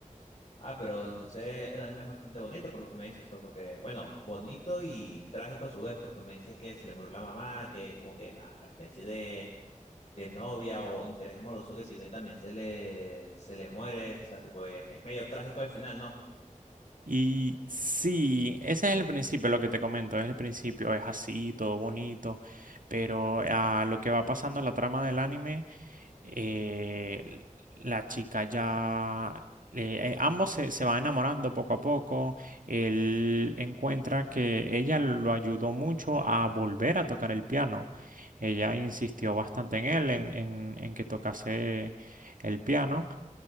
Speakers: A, on the left (about 55°); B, on the right (about 80°).
A: Ah, pero entonces el anime es bastante bonito por lo que me dices, pues porque, bueno, bonito y trágico a su vez, porque me dices que se le murió la mamá, que como que la, la especie de, de novia o interés amoroso que tiene también se le, se le muere, o sea, tipo, es, es medio trágico al final, ¿no?
B: Y sí, ese es el principio, lo que te comento, es el principio, es así, todo bonito, pero a lo que va pasando en la trama del anime, eh, la chica ya, eh, eh, ambos se, se van enamorando poco a poco, él encuentra que ella lo ayudó mucho a volver a tocar el piano, ella insistió bastante en él, en, en en que tocase el piano.